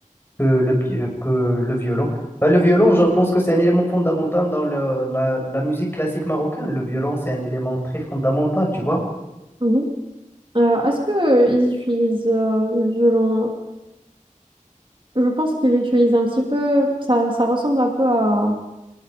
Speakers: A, on the left; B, on the right.
A: que le, pi- euh, que le violon. Bah, le violon, je pense que c'est un élément fondamental dans le- la, la musique classique marocaine. Le violon, c'est un élément très fondamental, tu vois.
B: mhm. Euh, est-ce qu'ils utilisent euh, le violon? Je pense qu'ils l'utilisent un petit peu, ça, ça ressemble un peu à